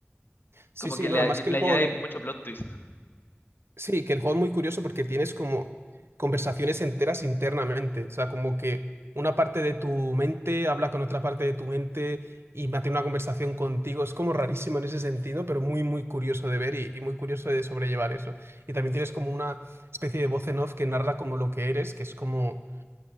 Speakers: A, on the right; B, on the left.
A: Sí,
B: Como
A: sí,
B: que
A: no,
B: le,
A: además
B: añ-
A: que
B: le
A: el juego,
B: añade mucho plot twist.
A: sí, que el juego es muy curioso porque tienes como conversaciones enteras internamente, o sea, como que una parte de tu mente habla con otra parte de tu mente y mantiene una conversación contigo. Es como rarísimo en ese sentido, pero muy, muy curioso de ver y, y muy curioso de sobrellevar eso. Y también tienes como una especie de voz en off que narra como lo que eres, que es como